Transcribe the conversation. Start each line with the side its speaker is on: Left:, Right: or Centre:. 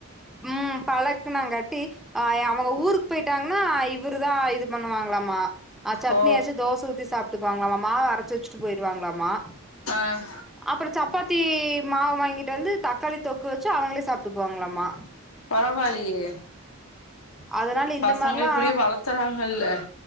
Centre: ம் பழக்கனாங்கட்டி ஆ அவங்க ஊருக்கு போயிட்டாங்கன்னா இவரு தா இது பண்ணுவாங்களாமா ஆ சட்னியரச்சு
Left: ஓ
Centre: தோசை ஊத்தி சாப்ட்டுக்குவாங்க மாவு அரைச்சு வச்சுட்டு போயிருவாங்களாமா
Left: அ
Centre: அப்றோ சப்பாத்தி மாவு வாங்கிட்டு வந்து தக்காளி தொக்கு வச்சு அவுங்ளே சாப்ட்டுக்குவாங்களாமா
Left: பரவால்லையே
Centre: அதனால இந்த
Left: பசங்கள
Centre: மாரிலா
Left: இப்புடியு வளத்தறாங்கள்ல